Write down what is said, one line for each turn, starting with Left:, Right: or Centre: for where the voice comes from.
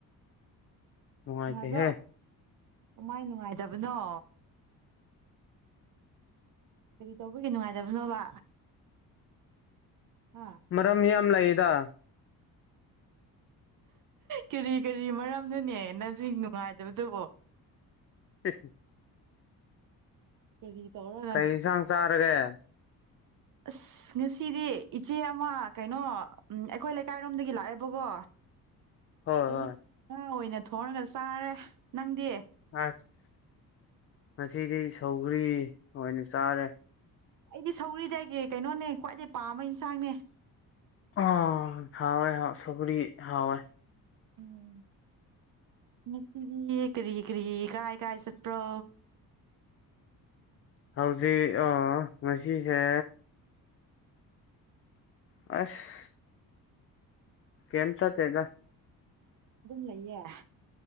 Left: ꯅꯨꯡꯉꯥꯏꯇꯦꯍꯦ
Right: ꯅꯨꯡꯉꯥꯏꯕ꯭ꯔꯣ ꯀꯃꯥꯏ ꯅꯨꯡꯉꯥꯏꯇꯕꯅꯣ ꯀꯔꯤ ꯇꯧꯕꯒꯤ ꯅꯨꯡꯉꯥꯏꯇꯕꯅꯣꯕ ꯍꯥ
Left: ꯃꯔꯝ ꯌꯥꯝ ꯂꯩꯗ
Right: ꯀꯔꯤ ꯀꯔꯤ ꯃꯔꯝꯅꯅꯦ ꯅꯖꯤꯛ ꯅꯨꯡꯉꯥꯏꯗꯕꯗꯨꯕꯣ
Left: <inaudible>
Right: ꯀꯔꯤ ꯇꯧꯔ
Left: ꯀꯩ ꯌꯦꯟꯁꯥꯡ ꯆꯥꯔꯒꯦ
Right: ꯑꯁ ꯉꯁꯤꯗꯤ ꯏꯆꯦ ꯑꯃ ꯀꯩꯅꯣ ꯎꯝ ꯑꯩꯈꯣꯏ ꯂꯩꯀꯥꯏꯔꯣꯝꯗꯒꯤ ꯂꯥꯛꯑꯦꯕꯀꯣ
Left: ꯍꯣꯏ
Right: ꯑꯗꯨꯏ
Left: ꯍꯣꯏ
Right: ꯉꯥ ꯑꯣꯏꯅ ꯊꯣꯡꯔꯒ ꯆꯥꯔꯦ ꯅꯪꯗꯤ
Left: ꯑꯁ ꯉꯁꯤꯗꯤ ꯁꯧꯒ꯭ꯔꯤ ꯑꯣꯏꯅ ꯆꯥꯔꯦ
Right: ꯑꯩꯗꯤ ꯁꯧꯔꯤꯗꯒꯤ ꯀꯩꯅꯣꯅꯦ ꯈ꯭ꯋꯥꯏꯗꯩ ꯄꯥꯝꯕ ꯏꯟꯁꯥꯡꯅꯦ
Left: ꯑꯣ ꯍꯎꯋꯦ ꯍ ꯁꯧꯒ꯭ꯔꯤ ꯍꯎꯋꯦ
Right: ꯎꯝ ꯉꯁꯤꯗꯤ ꯀꯔꯤ ꯀꯔꯤ ꯀꯥꯏ ꯀꯥꯏ ꯆꯠꯄ꯭ꯔꯣ
Left: ꯍꯧꯖꯤꯛ ꯑ ꯉꯁꯤꯁꯦ ꯑꯁ ꯀꯩꯝ ꯆꯠꯇꯦꯗ
Right: ꯑꯗꯨꯝ ꯂꯩꯌꯦ